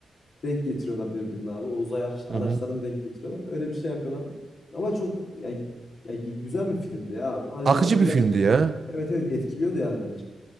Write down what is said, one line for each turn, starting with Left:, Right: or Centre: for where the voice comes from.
Left: denk getiriyorlar birbirine abi. O uzay ara- araçlarını
Right: hı hı.
Left: denk getiriyorlar. Öyle bir şey yapıyorlardı. Ama çok yani, yani gü- güzel bir filmdi ya abi. Hani
Right: Akıcı
Left: insanlar gerçekten
Right: bir filmdi ya.
Left: evet evet etkiliyordu yani bence.